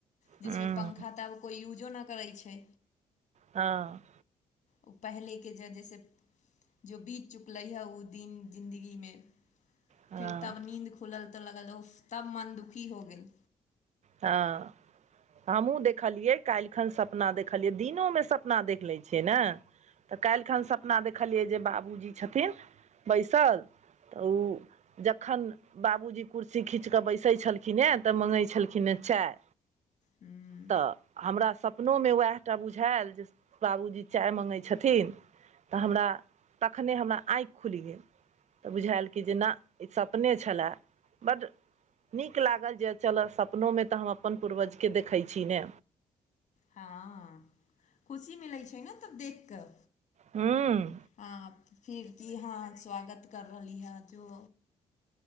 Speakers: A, on the left (about 55°); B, on the right (about 50°).
A: जिसमें
B: हूँ
A: पंख अब यूज़जो ने कराई छै
B: हँ
A: ओ पहिलेके जे जइसे जो बीत चुकलै हे ओ दीन जिन्दगीमे
B: हँ
A: फेर तब नींन्द खुलल तऽ लगल ओ तब मन दुखी हो गेल
B: हँ हमहु देखलियै काल्हि खन सपना देख खलियै दिनोमे सपना देख लै छियै ने तऽ काल्हिखन सपना देखलियै जे बाबूजी छथिन बैसल तऽ ओ जखन बाबूजी कुर्सी खींच तऽ बैसै छलखिन हे तऽ मँगै छलखिन हे चाय
A: हुँ
B: तऽ हमरा सपनोमे उएह टा बुझाायल जे बाबूजी चाय मङ्गै छथिन तऽ हमरा तखने हमरा आँख खुलि गेल तऽ बुझायल कि जे नहि ई सपने छलय बड्ड नीक लागल जे चलऽ सपनोमे तऽ हम अपन पूर्वजके देखैत छी ने
A: हँ खुशी मिलैत छै ने तब देख कऽ
B: हुँ
A: हँ फिर की हँ स्वागत कर रहली है जो